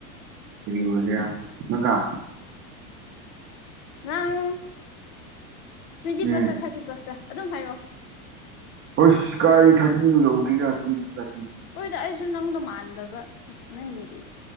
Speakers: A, on the right (about 30°); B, on the left (about 75°).
A: ꯀꯔꯤꯒꯦꯔ ꯅꯠꯇ
B: ꯅꯪ ꯇ꯭ꯋꯦꯟꯇꯤ
A: ꯎꯝ
B: ꯄ꯭ꯂꯁ ꯊꯥꯔꯇꯤ ꯄ꯭ꯂꯁꯁꯦ ꯑꯗꯨꯝ ꯍꯥꯏꯔꯛꯑꯣ
A: ꯍꯣꯏ ꯁꯀꯥꯏꯔꯤ ꯊꯥꯔꯇ ꯌꯧꯗ꯭ꯔꯤꯒ ꯇ꯭ꯂꯅꯤ
B: ꯍꯣꯏꯗ ꯑꯩꯁꯨ ꯅꯪꯗꯣ ꯃꯥꯟꯗꯕ ꯅꯪꯒꯤ